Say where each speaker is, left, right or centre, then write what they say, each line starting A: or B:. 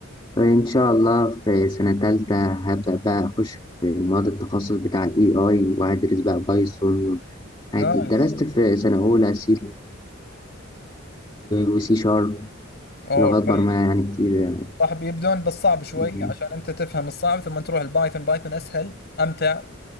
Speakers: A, on the left; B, on the left.
A: فإن شاء الله في سنة تالتة هبدأ بقى أخش في مواد التخصص بتاع ال AI وهدرس بقى بايثون حاجات
B: نايس
A: دي. درست في سنة أولى سي وسي شارب
B: اوه
A: لغات
B: كويس
A: برمجة يعني كتير
B: صح بيبدون بالصعب شوي
A: يعني.
B: عشان انت تفهم الصعب ثم تروح البايثون بايثون اسهل امتع